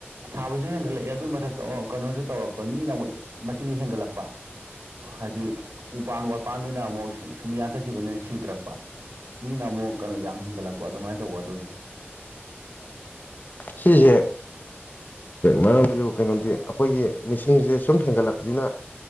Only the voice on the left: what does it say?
ꯁꯤꯁꯦ ꯃꯔꯝꯁꯨ ꯀꯩꯅꯣꯗꯤ ꯑꯩꯈꯣꯏꯒꯤ ꯃꯤꯁꯤꯡꯁꯦ ꯁꯨꯝ ꯍꯦꯟꯒꯠꯂꯛꯄꯅꯤꯅ